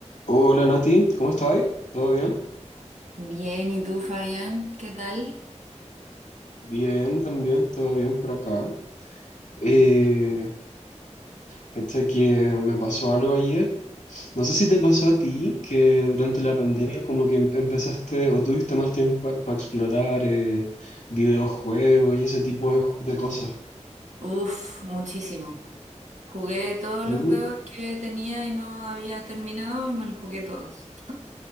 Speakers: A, on the left; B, on the right.
A: Hola Nati, ¿cómo estáis? ¿Todo bien?
B: Bien, ¿y tú, Fabián? ¿Qué tal?
A: Bien, también, todo bien por acá. Eh,
B: Qué bueno.
A: cacha que me pasó algo ayer. No sé si te pasó a ti que durante la pandemia como que em- empezaste o tuviste más tiempo para explorar eh, videojuegos y ese tipo de, de cosas.
B: Uf, muchísimo. Jugué todos
A: ¿Sí?
B: los juegos que tenía y no había terminado, me los jugué todos.